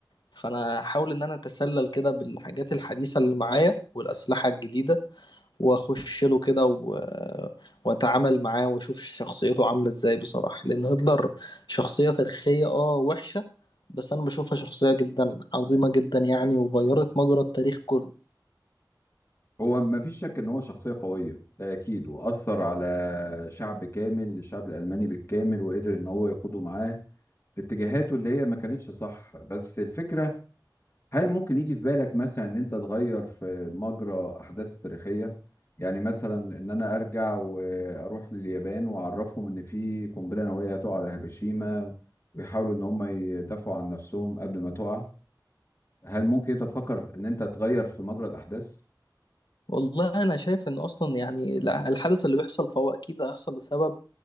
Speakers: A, on the left (about 70°); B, on the left (about 35°).
A: فانا هحاول ان انا اتسلل كده بالحاجات الحديثه اللي معايا والاسلحه الجديده واخش له كده و... واتعامل معاه واشوف شخصيته عامله ازاي بصراحه لان هتلر شخصيه تاريخيه اه وحشه بس انا بشوفها شخصيه جدا عظيمه جدا يعني وغيرت مجرى التاريخ كله
B: هو ما فيش شك ان هو شخصيه قويه ده اكيد واثر على شعب كامل الشعب الالماني بالكامل وقدر ان هو يقوده معاه في اتجاهاته اللي هي ما كانتش صح بس الفكره هل ممكن يجي في بالك مثلا ان انت تغير في مجرى احداث تاريخيه يعني مثلا ان انا ارجع واروح لليابان واعرفهم ان في قنبله نوويه هتقع على هيروشيما ويحاولوا ان هم يدافعوا عن نفسهم قبل ما تقع هل ممكن انت تفكر ان انت تغير في مجرى الاحداث؟
A: والله انا شايف ان اصلا يعني الع- الحدث اللي بيحصل فهو اكيد هيحصل لسبب